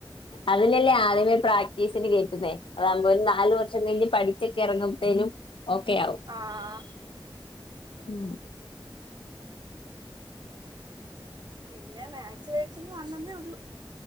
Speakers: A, on the left (about 85°); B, on the right (about 55°).
A: അതിനല്ലേ ആദ്യമേ പ്രാക്ടീസിന് കേറ്റുന്നേ അതാവുമ്പോ ഒരു നാലു വർഷം കഴിഞ് പഠിച്ചൊക്കെ എറങ്ങുമ്പഴത്തേനും ഓക്കെയാവും
B: ആഹ്
A: ഉം
B: പിന്നെ മാക്സ് വേടിച്ചെങ്കി വന്നന്നേ ഒള്ളൂ.